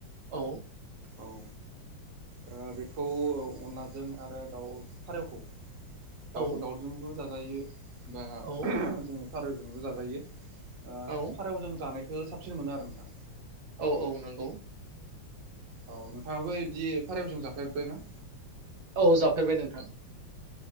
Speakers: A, on the right (about 75°); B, on the right (about 40°).
A: औ
B: औ ओ बेखौ अनलाजों आरो दाउ फारौखौ
A: औ
B: दाव दावर जोंबो जाजायो दा
A: औ
B: जों <unintelligible> जाजायो ओ
A: औ
B: फारौजों जानाय खो साबसिन मोनो आरो नोंथां।
A: औ औ नंगौ।
B: औ नोंथाङाबो बिदि फारेवजों जाफेरबाय ना?
A: औ जाफेरबाय नोंथां।